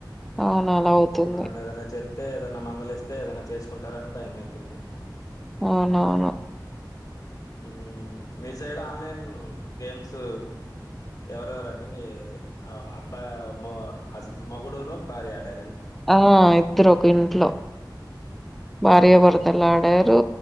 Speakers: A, in the centre; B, on the left.
A: అవును అలా అవుతుంది
B: మనం ఏదాన్నా చెప్ తే ఏదన్నా మందలిస్తే ఏదైనా చేసుకుంటారని భయమైతుంది
A: అవునవును
B: ఉమ్ మీ సైడ్ ఆన్లైన్ గేమ్స్ ఎవరెవరండి మీ <unintelligible> హస్ మొగుడూ నూ భార్య ఆడా
A: ఆ ఇద్దరు ఒక ఇంట్లో
B: వామ్మో
A: భార్య భర్తలు ఆడా రు